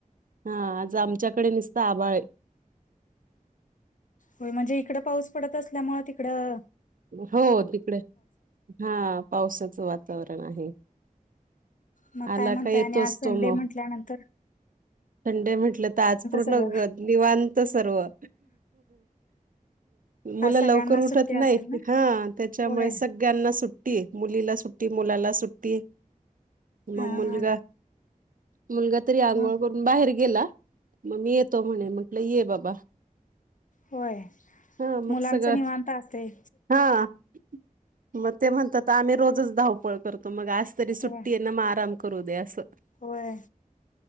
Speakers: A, on the right; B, on the left.
A: हा,, आज आमच्याकडे नीसत आबाळेऽ
B: होय म्हणजे इकडं पाऊस पडत असल्यामुळे तिकडंऽ
A: हो तिकडे,, हा, पावसाचं वातावरण आहे.
B: मग
A: आला
B: काय म्हणताय?
A: का येतोच
B: आणि आज संडे
A: तो मग
B: म्हटल्यानंतरऽ
A: संडे म्हटलं तर आज पूर्ण
B: सगळं.
A: निवांत सर्वऽ मुला
B: आज सगळ्यांना
A: लवकर उठत
B: सुट्टी
A: नाही.
B: असेल ना?
A: हा, त्याच्यामुळे
B: होय.
A: सगळ्यांना सुट्टी,, मुलीला सुट्टी, मुलाला सुट्टी,
B: हा
A: मग मुलगा,
B: हा
A: मुलगा तरी आंघोळ
B: मग
A: करून बाहेर गेला,, मग मी येतऽ तो म्हणे, म्हटलं ये बाबा,,
B: होय,,
A: हा मग
B: मुलांच
A: सगळं
B: निवांता असतयऽ
A: हा, मग ते म्हणतात आम्ही रोजच धावपळ करतो,, मग आजऽ तरी सुट्टीयना,
B: होय.
A: ळ म आराम करू दे अस्ऽ
B: होय.